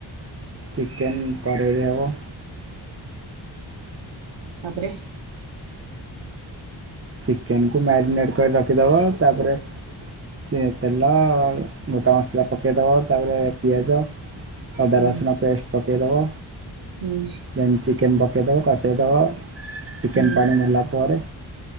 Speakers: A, on the right (about 30°); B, on the right (about 90°).
A: ଚିକେନ୍ କରେଇରେ ହବ।
B: ତାପରେ।
A: ଚିକେନ୍ କୁ ମ୍ୟାରିନେଟ୍ କରି ରଖିଦବ ତାପରେ। ସେ ତେଲ ଗୋଟା ମସଲା ପକେଇଦବ ତାପରେ ପିଆଜ। ଅଦା
B: ହୁଁ
A: ରସୁଣ ପେଷ୍ଟ ପକେଇଦବ
B: ହୁଁ
A: ଯେ ଚିକେନ୍ ପକେଇଦବ କଷେଇଦବ ଚିକେନ୍
B: ହୁଁ
A: ପାଣି ମଲା ପରେ।